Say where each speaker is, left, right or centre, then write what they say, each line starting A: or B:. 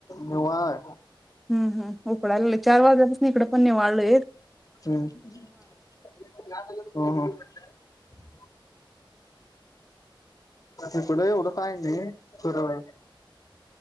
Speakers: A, on the left; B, in the centre.
A: निवां
B: हंम्म उकडायलाल चार वाजेपासन इकड पण निवाळलय
A: <unintelligible> इकडं एवढं काय नाही थोडय